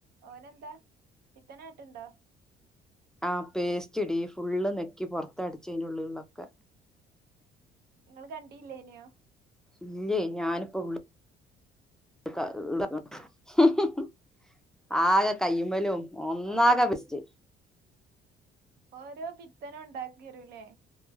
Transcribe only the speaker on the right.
ഓനെന്താ പിത്തനാട്ടുണ്ടോ
നിങ്ങള്ൾ കണ്ടീല്ലേ ഇനെയോ
ഓര്
ഓരോ പിത്തനും ഉണ്ടാക്കിരൂല്ലേ